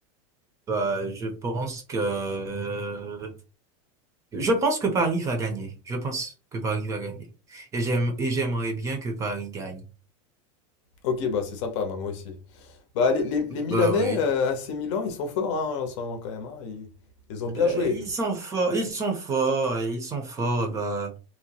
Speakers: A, on the right; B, on the left.
A: Bah, je pense que je pense que Paris va gagner. Je pense que Paris va gagner. Et j'aime et j'aimerais bien que Paris gagne.
B: Ok, bah c'est sympa, bah, moi aussi. Bah les, les, les Milanais,
A: Bah oui.
B: euh, AC Milan, ils sont forts hein, en ce moment quand même. hein. Ils, ils ont bien
A: Euh,
B: joué.
A: ils sont forts, ils sont forts, et ils sont forts. Bah